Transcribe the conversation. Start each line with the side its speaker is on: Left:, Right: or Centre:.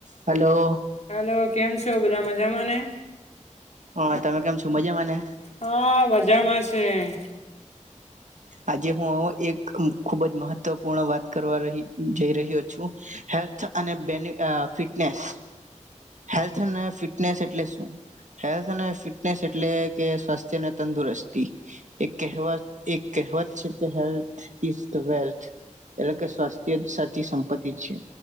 Right: હલો.
Left: હેલો કેમ છો બધા મજામાં ને
Right: હા તમે કેમ છો મજામાં? ને
Left: હા મજામાં છે <unintelligible>
Right: આજે હું એક ખુબ જ મહત્વપૂર્ણ વાત કરવા રહી જઈ રહ્યો છું. હેલ્થ અને બેની ફિટનેસ. હેલ્થ અને ફિટનેસ એટલે શું? હેલ્થ અને ફિટનેસ એટલે કે સ્વાસ્થ્યને તંદુરસ્તી એ કહેવા એક કહેવત છે કે હેલ્થ ઈઝ વેલ્થ એટલે કે સ્વાસ્થ્ય સાચી સંપતિ છે